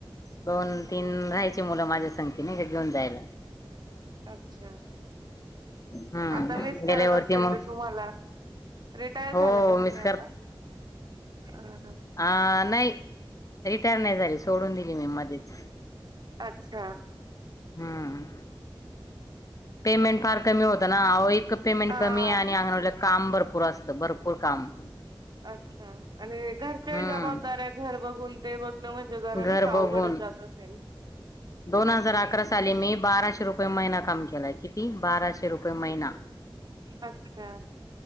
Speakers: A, on the left (about 40°); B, on the right (about 50°).
A: दोन
B: हम्म
A: तीन राहायची मुलं माझ्या सगंती नाय का घेऊन जायला.
B: अच्छा
A: हम्म
B: आता मिस
A: गेल्यावरती
B: करत असतील
A: मग
B: ते तुम्हाला? रिटायर
A: हो
B: झाल्या का
A: मिस
B: तुम्ही आता? हा.
A: आ नाय. रिटायर नाय झाली सोडून दिली मी मध्येच.
B: अच्छा
A: हम्म. पेमेंट फार कमी होतं ना आओ इतकं पेमेंट
B: हा
A: कमी आणि अंगणवाडीला काम भरपूर असतं भरपूर काम.
B: अच्छा आणि घरच्याही
A: हम्म
B: जबाबदऱ्या घर बघून ते बघण म्हणजे जरा
A: घर
B: नाय का
A: बघून
B: अवघडच जात असेल?
A: दोन हजार अकरा साली मी बाराशे रुपये महिना काम केलाय किती बाराशे रुपय महिना. <inaudible>
B: अच्छा.